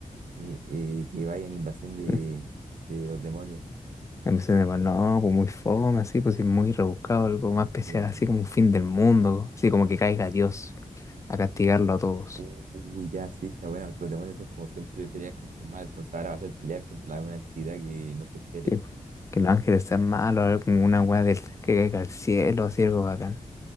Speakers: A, on the right (about 65°); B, on the left (about 20°).
A: y eh que vaya en invasión de,
B: Mm.
A: de los demonios.
B: A mí se me va, no, pues muy fome, así, pues sí, muy rebuscado, algo
A: Entonces,
B: más especial, así como un fin del mundo, así como que caiga Dios a castigarlo a todos.
A: uy, ya, sí, está buena, porque los demonios son como siempre pelear contra el mal, entonces ahora va a ser pelear contra una entidad que no se espere.
B: Sí, pues, Que los ángeles sean malos, algo como una weá del que caiga al cielo, así algo bacán.